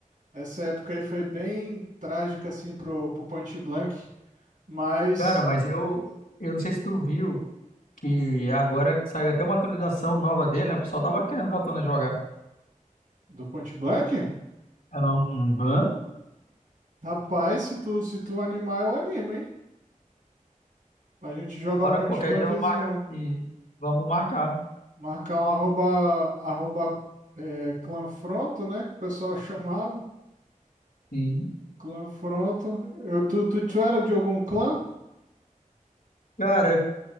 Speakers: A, on the right; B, on the left.
A: essa época aí foi bem trágica, assim, pro, pro Point Blank. Mas.
B: Cara, mas eu, eu não sei se tu viu que agora saiu até uma atualização nova dele, né? O pessoal tava querendo voltando a jogar.
A: Do Point Blank?
B: Aham.
A: Rapaz, se tu, se tu animar, eu animo, hein? Pra gente jogar
B: Hora,
A: um Point
B: qualquer
A: Blankzinho.
B: dia eu marco e vamos marcar.
A: Marcar um arroba, arroba é, clanfronto, né? Que o pessoal <laughs> chamava.
B: Sim.
A: Clã Fronto. Eu, tu, tu, tu era de algum clã?
B: Cara,